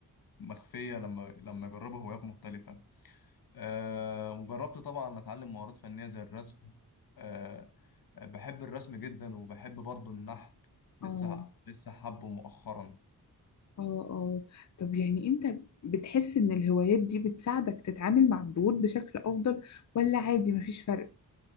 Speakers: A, on the left (about 75°); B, on the left (about 50°).
A: مخفية لما لما يجربوا هوايات مختلفة أه وجربت طبعا أتعلم مهارات فنية زي الرسم أه آه، بحب الرسم جدا وبحب برضو النحت لسه
B: اه
A: لسه حبه مؤخرا
B: اه اه طب يعني انت بتحس ان الهوايات دي بتساعدك تتعامل مع الضغوط بشكل افضل ولا عادي مفيش فرق؟